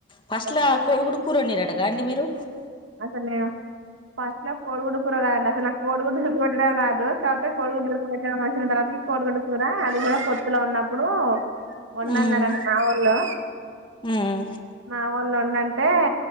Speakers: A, on the left (about 25°); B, on the right (about 70°).
A: ఫస్ట్లా
B: ఎక్కువ
A: కోడుగుడ్డు కూర వండిరి రటగా అండి మీరు
B: అయితే నేను ఫస్ట్ లో కోడుగుడ్డ కూర కాదండి అసలు నా కోడి గుడ్డు కూర వండడం రాదు కాపోతే కోడిగుడ్డు లు ఉడుకబట్టడం వచ్చిన తరువాత కోడి గుడ్డు కూర అది కూడా కొత్తులో ఉన్నప్పుడు ఉండన్ననండి
A: ఉమ్.
B: మా వాళ్ళు
A: ఉమ్.
B: మావొళ్లు వండంటే